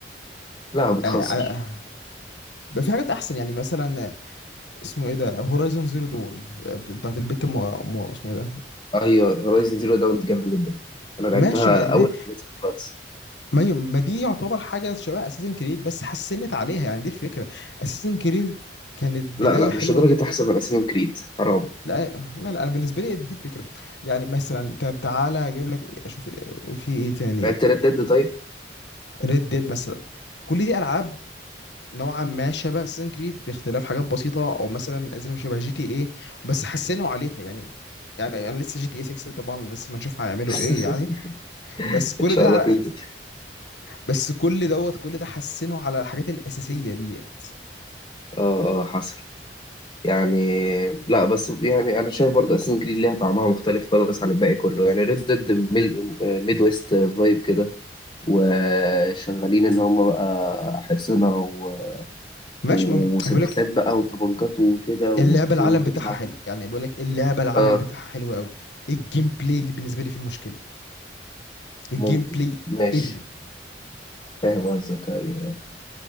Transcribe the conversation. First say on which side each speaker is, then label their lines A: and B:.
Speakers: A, on the left; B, on the left.
A: لا بتهزر
B: يعني آه، بقى في حاجات احسن يعني مثلا اسمه ايه ده هورايزون زيرو دون بتاعت البت م... م... اسمه ايه ده
A: ايوه هورايزن زيرو داون دي جامده جدا انا لعبتها
B: ماشي ما دي
A: اول ما نزلت خالص
B: ما, ي... ما دي يعتبر حاجه شبه اساسن كريد بس حسنت عليها يعني دي الفكره اساسن كريد كانت بدايه
A: لا لا
B: حلوه
A: مش لدرجه
B: جدا
A: احسن من اساسن كريد حرام
B: لا لا لا انا بالنسبه لي دي الفكره يعني مثلا طب تعالى اجيب لك إيه- اشوف إيه- في ايه تاني
A: لعبت ريد ديد طيب
B: ريد ديد مثلا كل دي العاب نوعا ما شبه اساسن كريد باختلاف حاجات بسيطه او مثلا زي شبه جي تي ايه بس حسنوا عليها يعني يعني انا لسه جي تي اي 6 طبعا لسه ما نشوف هيعملوا
A: <laughs>
B: ايه يعني بس كل
A: ان شاء
B: ده
A: الله تنزل
B: على- بس كل دوت كل ده حسنوا على الحاجات الاساسيه ديت
A: اه اه حصل يعني لا بس يعني انا شايف برضه اساسن جريد ليها طعمها مختلف خالص عن الباقي كله يعني ريد ديد ميد ويست فايب كده وشغالين ان هم بقى حصنة و-
B: ماشي
A: ومسدسات
B: ما بقول لك
A: بقى وطبنجات وكده وت-
B: اللعبه العالم
A: وتطلع
B: بتاعها حلو يعني بقول لك اللعبه العالم
A: اه
B: بتاعها حلو قوي الجيم بلاي اللي بالنسبه لي فيه مشكله الجيم
A: ممكن
B: بلاي
A: ماشي
B: ادم
A: فاهم قصدك ايوه